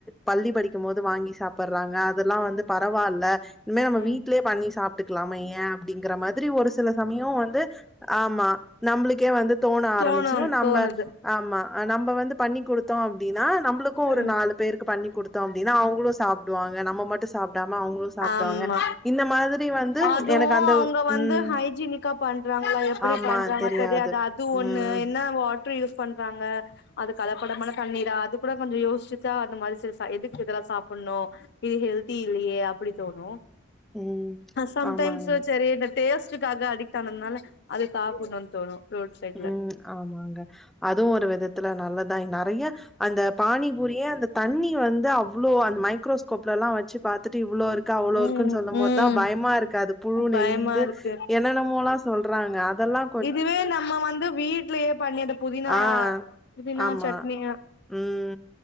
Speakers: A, in the centre; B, on the left.
A: பள்ளி படிக்கும் போது வாங்கி சாப்படுறாங்க அதெல்லாம் வந்து பரவால இனிமே நம்ம
B: ம்
A: வீட்லயே பண்ணி சாப்பிட்டுக்கலாம ஏன் அப்டிங்கிற மாதிரி ஒரு சில சமயம் வந்து ஆமா நம்மளுக்கே வந்து தோண
B: தோணு
A: ஆரம்பிச்சிரும் நம்ம
B: தோணுது
A: ஆமா நம்ம வந்து பண்ணி கொடுத்தோம் அப்டின்னா நம்மளுக்கும் ஒரு
B: ம்
A: நா <unintelligible> பேருக்கு பண்ணி கொடுத்தோம் அப்டின்னா அவங்களும் சாப்டுவாங்க நம்ம மட்டும் சாப்டாம அவங்களும் சாப்டுவாங்க.
B: ஆமா
A: இந்த மாதிரி வந்து
B: அதுவும்
A: எனக்கு அந்த
B: அவுங்க வந்து
A: ம்.
B: ஹைஜனிக்கா பண்றாங்களா எப்டி
A: ஆமா
B: பண்றா க
A: தெரியாது.
B: தெரியாதா அது ஒண்ணு
A: ம்.
B: என்ன வாட்டரு யூஸ் பண்றாங்க அது கலபடமல தண்ணீரா அது கூட கொஞ்சம் யோசிச்சா அந்த மாதிரி செரி எதுக்கு இதெல்லாம் சாப்டணும் இது ஹெல்தி இல்லையே அப்டி தோணு
A: ம்.
B: சம்டைம்ஸ்
A: ஆமாங்க.
B: சேரி டேஸ்ட்டுக்காக அடிக்ட் ஆனதுனால அது சாப்பட்ணு தோணு ரோட் சைட்ல
A: ம் ஆமாங்க அதுவு ஒரு விதத்துல நல்லத்தா நர ய அந்த பானிபுரிய அந்த தண்ணி வந்து அவ்ளோ அந்த மைக்ரோஸ் கோப்ல எல்லா வச்சு பாத்துட்டு இவ்ளோ இருக்கு அவ்ளோ
B: ம்
A: இருக்குன்னு சொல்லம்
B: ம்
A: போதுதா பயமா இருக்குது புழு
B: பயமா
A: நெலியுது
B: இருக்கு
A: என்னெனமோல்லா சொல்றாங்க அதெல்லா
B: இதுவே நம்ம வந்து வீட்லயே பண்ணி அந்த புதினா
A: ஆ.
B: புதினா
A: ஆமா.
B: சட்னி
A: ம்.